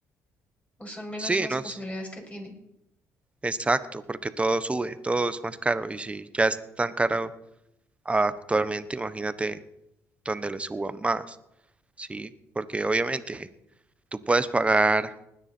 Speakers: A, on the left; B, on the right.
A: o son menos
B: Sí,
A: las
B: no,
A: posibilidades
B: es-
A: que tiene.
B: exacto, porque todo sube, todo es más caro, y si ya es tan caro actualmente, imagínate donde lo suban más, ¿sí? Porque obviamente tú puedes pagar